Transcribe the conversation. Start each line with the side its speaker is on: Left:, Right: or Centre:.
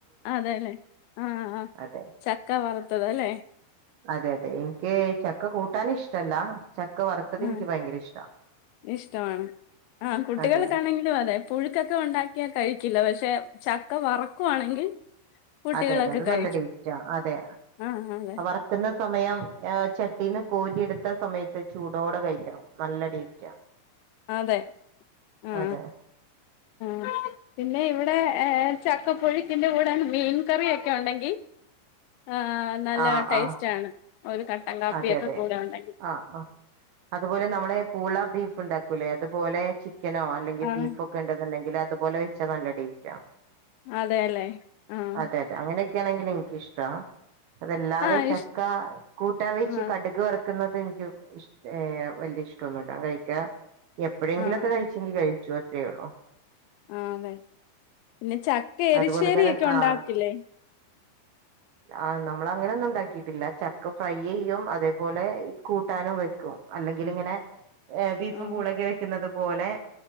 Left: അതെല്ലെ ആ ആ
Right: അതെ
Left: ചക്ക വറത്ത് ത്തതല്ലേ
Right: അതെ അതെ എനിക്ക് ചക്ക് ക്ക കൂട്ടാൻ ഇഷ്ടല്ല ചക്ക വറുത്തത്
Left: ആ
Right: എനിക്ക് ഭയങ്കര ഇഷ്ടാ
Left: ഇഷ്ടമാണ് ആ കുട്ടികൾക്കാണെങ്കിലും
Right: അതെ
Left: അതെ പുഴുക്കൊക്കെ ഉണ്ടാക്കിയാൽ കഴിക്കില്ല പക്ഷെ ചക്ക വറക്കുവാണെങ്കിൽ കുട്ടികളൊക്കെ
Right: അതെ അതെ അത്
Left: കഴിക്കും
Right: നല്ല ടേസ്റ്റാ അതെ
Left: ആഹ് അതെ
Right: വറ്ക്കുന്ന സമയം ആ ചട്ടീന്ന് കോരിയെടുത്ത സമയത്ത് ചൂടോടെ കഴിക്കണം നല്ല ടേസ്റ്റാ
Left: അതെ മ്
Right: അതെ
Left: മ് പിന്നെ ഇവിടെ ഏഹ് ചക്കപ്പുഴുക്കിന്റെ കൂടെ മീൻ കറിയൊക്കെ ഒണ്ടെങ്കി ആഹ് നല്ല
Right: ആഹ്
Left: ടേസ്റ്റ്
Right: ആഹ്
Left: ആണ് ഒരു കട്ടൻ കാപ്പിയൊക്കെ
Right: അതെ അതെ
Left: കൂടെ ഉണ്ടെങ്കിൽ
Right: ആഹ് ആഹ് അതുപോലെ നമ്മളെ പൂള ബീഫ് ഇണ്ടാക്കൂല്ലേ അതുപോലെ ചിക്കനോ അല്ലെങ്കി
Left: ആഹ്
Right: ബീഫൊക്കെ ഇണ്ടെന്നുണ്ടെങ്കിൽ എങ്കിൽ അതുപോലെ വെച്ചാ നല്ല ടേസ്റ്റാ
Left: അതേയല്ലേ ആഹ്
Right: അതെ <unintelligible> എനിക്കിഷ്ടാ അതല്ലാതെ
Left: ആഹ്
Right: ചക്ക
Left: ഇഷ്
Right: കൂട്ടാൻ വച്ചു
Left: ആഹ്
Right: കടുക് വറ ക്കുന്നത് എനിക്ക് ഇഷ് - ഏഹ് വലിയ ഇഷ്ടൊന്നുല്ല കഴിക്കാ എപ്പഴെങ്കിലൊക്കെ
Left: ആഹ് അതെ
Right: കഴിച്ചെങ്കി കഴിച്ചു ചെയ്യൊള്ളൂ
Left: ആഹ് അതെ പിന്നെ ചക്കയെരിശ്ശേരി
Right: അതുപോലെ തന്നെ
Left: ഒക്കെയൊണ്ടാക്കില്ലേ
Right: ആഹ് ആഹ് നമ്മള് അങ്ങനെയൊന്നും ഉണ്ടാക്കിട്ടില്ല ചക്ക ഫ്രൈ ചെയ്യും അതേപോലെ കൂട്ടാനും വെക്കും അല്ലെങ്കിൽ ഇങ്ങനെ. ഏഹ് ബീഫും
Left: ആഹ്
Right: പൂളക്കെ വെക്കുന്നതും. പോലെ